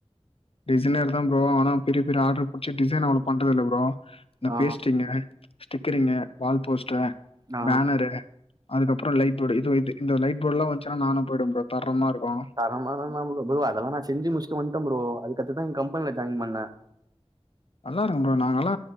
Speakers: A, on the left; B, on the right.
A: டிசைனர் தா ஃப்ரோ ஆனா பெரிய பெரிய ஆடர் புடிச்சு டிசைன் அவ்ளோ பண்றதுல்ல ஃப்ரோ இந்த
B: ஆ
A: பேஸ்டிங்கு ஸ்டிக்கரிங்கு வால்போஸ்ட்டு
B: ஆ
A: பேனரு அதுக்கப்பறோ லைட் போர்டு இதே இந்த லைட் போர்ட்லா வச்சுன்னா நானூ போய்டுவே ஃப்ரோ தரமாருக்கூ
B: தரமானா தா ஃப்ரோ அதெல்லா நா செஞ்சி முடிச்சிட்டு வன்டே ஃப்ரோ அதுக்கத்துத் தா இங் கம்பெனில ஜாயின் பண்ணே
A: நல்லா இருக்கூ ஃப்ரோ நாங்கல்லா